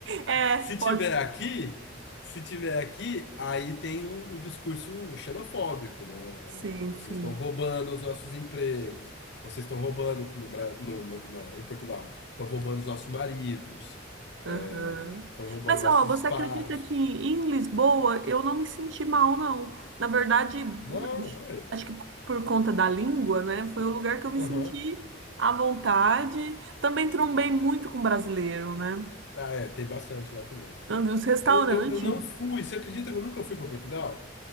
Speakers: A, on the right; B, on the left.
A: É,
B: Se tiver
A: pode.
B: aqui, se tiver aqui, aí tem o, o discurso xenofóbico, né?
A: Sim,
B: É, vocês
A: sim.
B: estão roubando os nossos empregos, vocês estão roubando no, Bra- no, na, na- em Portugal, estão roubando os nossos maridos, é,
A: Aham.
B: estão roubando
A: Mas,
B: nossos
A: ó, você
B: espaços.
A: acredita que em Lisboa eu não me senti mal, não? Na verdade,
B: Não, olha.
A: acho que por conta da língua, né? Foi o lugar que eu me
B: Aham.
A: senti à vontade. Também trombei muito com brasileiro, né?
B: Ah, é, tem bastante lá também.
A: Então,
B: é.
A: Os restaurantes.
B: Eu, eu, eu não fui, você acredita que eu nunca fui para Portugal?